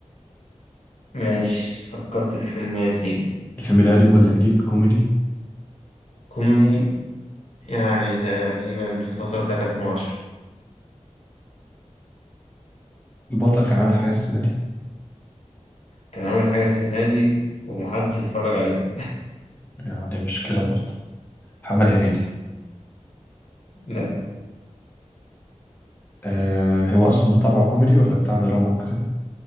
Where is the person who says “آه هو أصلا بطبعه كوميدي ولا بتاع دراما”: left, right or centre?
Left